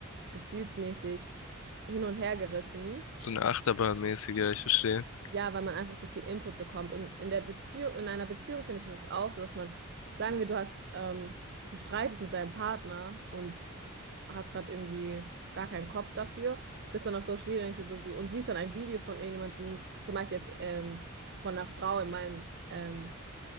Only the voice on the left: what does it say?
So eine Achterbahnmäßige, ich verstehe.